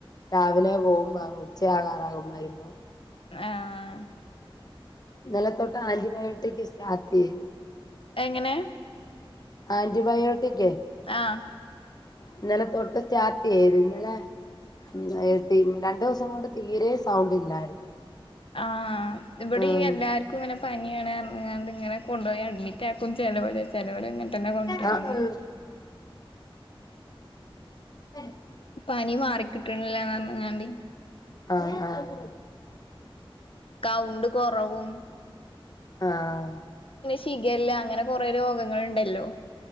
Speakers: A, on the left; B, on the left.
A: രാവിലെ പോകുമ്പ ഉച്ചയാകാറാകും വരുമ്പം
B: ആഹ്
A: നില തൊട്ട് ആന്റിബയോട്ടിക് സ്റ്റാർട്ട് ചെയ്യണ്ട്
B: എങ്ങനെ
A: ആന്റിബയോട്ടിക്
B: ആഹ
A: ഇന്നലെ തൊട്ട് സ്റ്റാർട്ട് യ്ത് ഇന്നലെ ഉ രണ്ടു ദിവസം കൊണ്ട് തീരെ സൗണ്ട് ഇല്ലായിരുന്നു
B: ആഹ ഇവിടെ
A: ഉം
B: എല്ലാർക്കും ഇങ്ങനെ പനിയാണ് ഇങ്ങനെ കൊണ്ടുപോയി അഡ്മിറ്റ് ആക്കും ചെലോര് ചെലോരെ ഇങ്ങ തന്നെ കൊണ്ടരാണ്
A: ആഹ് അെ
B: പനി മാറിക്കിട്ടുന്നില്ലങ്ങാണ്ടി
A: ആഹ ആഹ
B: കൗണ്ട് കൊറവും
A: ആഹ
B: ചികല്ല അങ്ങനെ കൊറെ രോഗങ്ങ ഉണ്ടല്ലോ